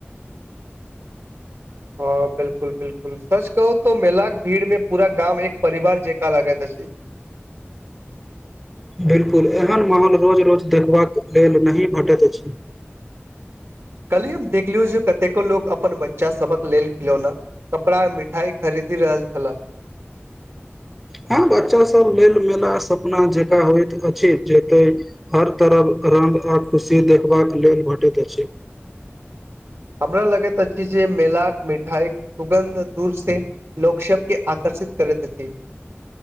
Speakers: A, on the right; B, in the centre.
A: हँ बिलकुल बिलकुल सच कहू त मेलाक भीड़ में पूरा गाम एक परिवार जका लगात अछि अछि
B: बिलकुल एहन माहौल रोज रोज देखबाक लेल नहि भेटैत अछि
A: कली हम देखलियौ जे कतेको लोको अपन बच्चा सबक लेल खिलौना कपड़ा मिठाई खरीद रहल छला
B: हँ बच्चा सब लेल मेला सपना जेकाँ होइत अछि जेते हर तरफ रङ्ग आ खुशी देखबाक लेल भेटैत अछि
A: <inaudible> हमरा लगैत अछि जे मेलाक मिठाइ सुगन्ध दूर से लोक सब के आकर्ष सित करैत अछि